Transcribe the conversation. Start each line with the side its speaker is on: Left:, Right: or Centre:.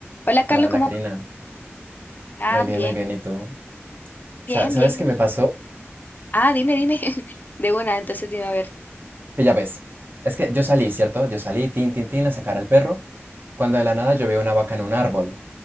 Left: Hola Carlos,
Right: Hola, hola
Left: ¿cómo
Right: Karina.
Left: vas? Ah,
Right: Muy bien,
Left: bien,
Right: muy bien. ¿Y tú?
Left: bien,
Right: Sa- ¿Sabes
Left: bien
Right: qué
Left: aquí.
Right: me pasó?
Left: Ah, dime, dime. <laughs> De buena. entonces dime, a ver,
Right: Que ya ves. Es que yo salí, ¿cierto? Yo salí, tin, tin, tin, a sacar al perro. Cuando de la nada yo veo una vaca en un árbol.